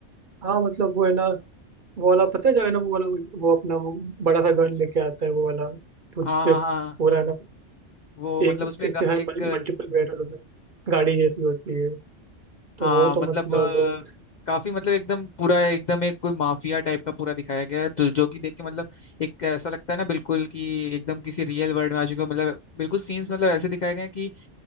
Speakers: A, on the right; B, on the left.
A: हाँ मतलब वो है ना वो वाला पता है जो है ना वो वाला वो अपना वो बड़ा सा गन लेके आता है वो वाला कुछ
B: हाँ
A: से
B: हाँ हाँ
A: पूरा है ना
B: वो
A: एक
B: मतलब उसमें
A: इसके
B: का-
A: हाँ
B: एक
A: मल्टीपल बैरल होता है गाड़ी जैसी होती है तो
B: हाँ
A: वो तो
B: मतलब
A: मतलब
B: अ, काफी मतलब एकदम पूरा एकदम एक कोई माफिया टाइप का पूरा दिखाया गया है तो जो कि देख के मतलब एक ऐसा लगता है ना बिल्कुल कि एकदम किसी रियल वर्ल्ड में आ चुके हो मतलब बिल्कुल सीन्स मतलब ऐसे दिखाए गए हैं कि